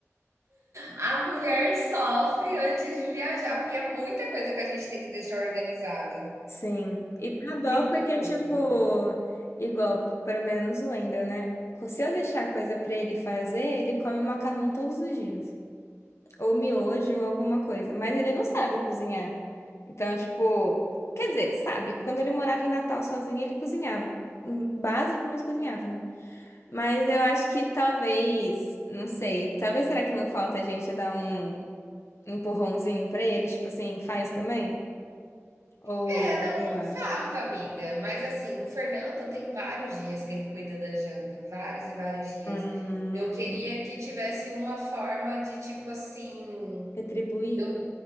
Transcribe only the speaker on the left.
Sim. E dá dó
porque,
tipo, igual, pelo menos o Wendel, né? Se eu deixar coisa pra ele fazer, ele come macarrão todos os dias. ou miojo ou alguma coisa, mas ele não sabe cozinhar. Então, tipo, quer dizer, sabe, que quando ele morava em Natal sozinho, ele cozinhava. Hum, Básico, mas cozinhava, né? Mas eu acho que talvez, não sei, talvez será que não falta a gente dar um empurrãozinho pra ele, tipo assim, faz também? Ou,
sei lá,
hum,
retribuir?